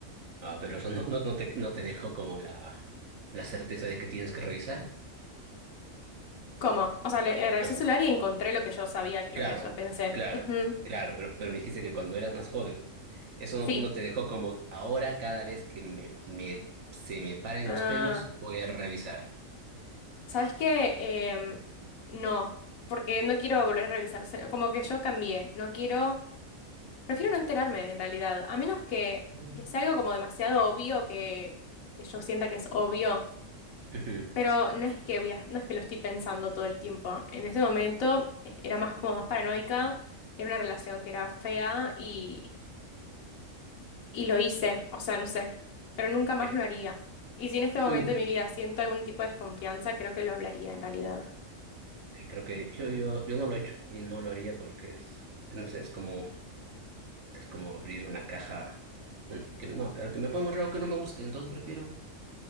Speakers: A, on the right; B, on the left.
A: Ah, pero eso no, no, no te, no te dejó como la, la certeza de que tienes que revisar.
B: ¿Cómo? O sea, le, eh, revisé
A: Has-
B: el celular y encontré lo que yo sabía, lo
A: claro,
B: que yo pensé.
A: claro,
B: Ujú.
A: claro, pero, pero me dijiste que cuando eras más joven. Eso
B: Sí.
A: no, no te dejó como ahora cada vez que me, me- se me paren
B: Ah,
A: los pelos voy a revisar.
B: ¿sabes qué? Em, no, porque no quiero volver a revisarse. Como que yo cambié. No quiero. Prefiero no enterarme, en realidad, a menos que,
A: Mm.
B: que sea algo como demasiado obvio que, que yo sienta que es obvio.
A: Ujú,
B: Pero no es que voy a- no es que lo estoy pensando todo el tiempo. En ese momento es- era más como más paranoica, era una relación que era fea y, y lo hice, o sea, no sé, pero nunca más
A: sí.
B: lo haría. Y si en este momento
A: Mm.
B: de mi vida siento algún tipo de desconfianza, creo que lo hablaría en realidad.
A: Sí, creo que yo, yo, yo no lo he hecho y no lo haría porque es, no sé, es como, es como abrir una caja. mm, Que, no, claro, que me puede encontrar algo que no me guste, entonces prefiero